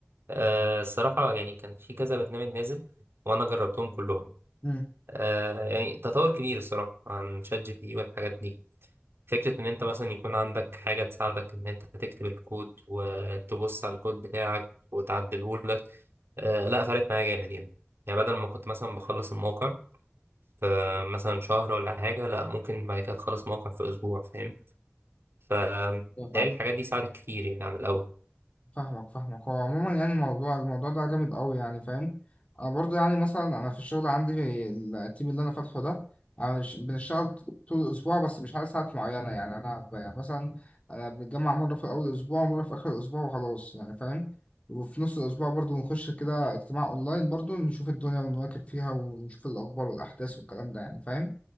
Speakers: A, on the right (about 70°); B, on the left (about 30°).
A: آه الصراحه يعني كان في كذا برنامج نازل وانا جربتهم كلهم
B: مم.
A: آه يعني تطور كبير الصراحه عن شات جي بي تي والحاجات دي فكره ان انت مثلا يكون عندك حاجه تساعدك ان انت تكتب الكود وتبص على الكود بتاعك وتعدله لك آه لا فرقت معايا جامد يعني يعني بدل ما كنت مثلا بخلص الموقع فمثلا شهر ولا حاجة لا ممكن بعد كده تخلص موقع في أسبوع فاهم فبتهيألي
B: مم.
A: الحاجات دي ساعدت كتير يعني عن الأول
B: فاهمك فاهمك هو عموما يعني الموضوع الموضوع ده جامد قوي يعني فاهم انا برضو يعني مثلا انا في الشغل عندي في التيم اللي انا فاتحه ده عش- بنشتغل طول الاسبوع بس مش على ساعات معينه يعني انا ب- يعني مثلا أنا بنتجمع مره في اول الاسبوع ومره في اخر الاسبوع وخلاص يعني فاهم وفي نص الاسبوع برضو بنخش كده اجتماع اونلاين برضو نشوف الدنيا ونواكب فيها ونشوف الاخبار والاحداث والكلام ده يعني فاهم